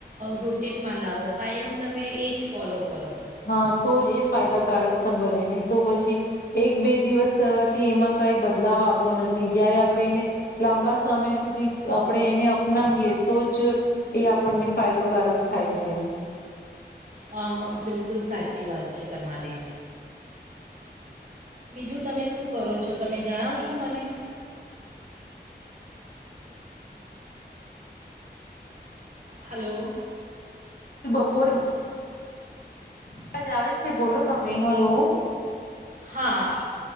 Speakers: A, on the right (about 45°); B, on the left (about 60°).
A: રૂટિનમાં લાવો કાયમ તમે એ જ ફોલો કરો
B: હા, તો જ એ ફાયદાકારક બને નહી તો પછી એક બે દિવસ કરવાથી એમાં કઈ બદલાવ આવતો નથી. જયારે આપણે એને લાંબા સમય સુધી આપણે એને અપનાવીએ તો જ એ આપણને ફાયદોકારક થાય છે.
A: હા, બિલકુલ સાચી વાત છે. તમારી બીજું તમે શું કરો છો તમે જણાવશો મને હલો,
B: બપોરજ અવાજ આવે છે. બોલો તમે હલો,
A: હા,